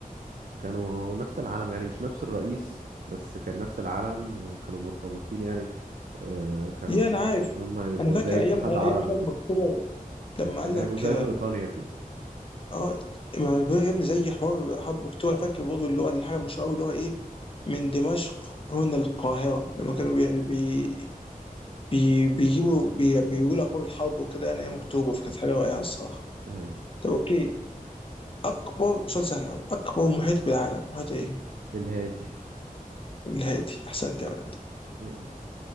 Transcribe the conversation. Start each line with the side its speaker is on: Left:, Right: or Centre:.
Right: كانوا نفس العلم يعني مش نفس الرئيس بس كان نفس العلم وكانوا مرتبطين يعني آه، كانوا
Left: يا
Right: بيخططوا
Left: انا عارف
Right: إن هم يبقوا
Left: انا فاكر
Right: زي اتحاد
Left: ايام
Right: عربي
Left: ايام حرب
Right: كده
Left: اكتوبر لما
Right: يعني كانوا
Left: قال لك
Right: هيبقوا زي بريطانيا كده
Left: اه ما البلاغ يا ابني زي حوار حرب اكتوبر أنا فاكر برضه اللي هو الحاجه المشهوره قوي اللي هو ايه من دمشق هنا القاهره لما كانوا بي يعني بي بي بيجيبوا بي بيقولوا اخبار الحرب وكده انا
Right: مم.
Left: ايام اكتوبر فكانت حاجه رائعه الصراحه
Right: أيوة
Left: طب اوكي اكبر سؤال سهل قوي اكبر محيط بالعالم محيط ايه؟
Right: الهادي
Left: الهادي احسنت يا ولد
Right: اه